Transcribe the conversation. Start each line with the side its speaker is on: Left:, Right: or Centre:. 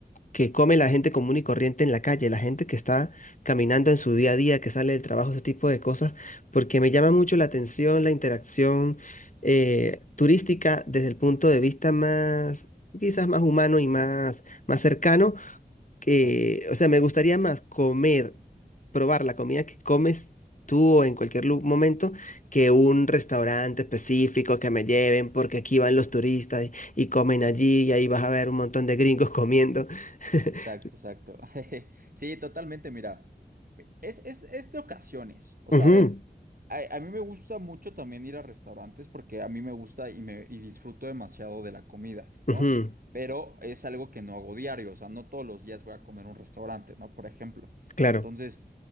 Left: que come la gente común y corriente en la calle, la gente que está caminando en su día a día, que sale del trabajo, ese tipo de cosas, porque me llama mucho la atención la interacción eh, turística desde el punto de vista más, quizás más humano y más, más cercano, que,
Right: exacto,
Left: o sea, me gustaría más comer, probar la comida que comes. tú o en cualquier lu- momento que un restaurante específico que me lleven porque aquí van los turistas y, y comen allí y ahí vas a ver un montón de gringos comiendo. <laughs>
Right: exacto, exacto. <laughs> Sí, totalmente, mira, es, es, es de ocasiones, o sea,
Left: Ujú,
Right: a ver, a, a mí me gusta mucho también ir a restaurantes porque a mí me gusta y, me, y disfruto demasiado de la comida, ¿no?
Left: ujú,
Right: Pero es algo que no hago diario, o sea, no todos los días voy a comer a un restaurante, ¿no? Por ejemplo.
Left: claro.
Right: Entonces,